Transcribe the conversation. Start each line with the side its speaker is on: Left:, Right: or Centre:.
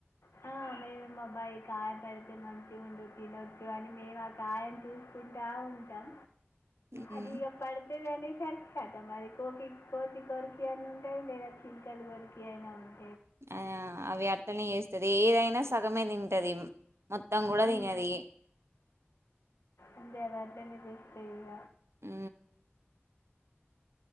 Left: ఆ! మేమేమో అబ్బా కాయపడితే మంచిగా ఉండు తినొచ్చు అని మేము ఆ కాయని చూసుకుంటా ఉంటాం
Right: మ్మ్
Left: అది ఎపడి దనే సరి కదా మరి కోకి కోకి కొరికి అన్న ఉంటాయి లేదా చిల్కలు కొరికి అయినా ఉంటాయి
Right: ఆ అవి అట్టనే చేస్తది ఏదైనా సగమే తింటది మొత్తం కూడా
Left: హ్మ్.
Right: తినది
Left: అందేవని దస్తతే ఇగ
Right: ఊ